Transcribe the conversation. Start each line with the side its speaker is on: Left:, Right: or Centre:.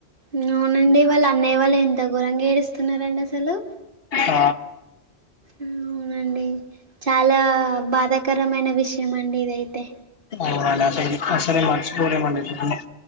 Right: ఉమ్ అవునండి వాళ్ళ అన్నయ్య వాళ్ళు ఎంత ఘరంగా ఏడుస్తున్నారండి అసలు
Left: ఆ
Right: ఉమ్ అండి చాలా బాధాకరమైన విషయం అండి ఇదయితే
Left: అవునండి అసల్ ఈ అసలే మర్చిపోలేమండీ ఈ సంఘటన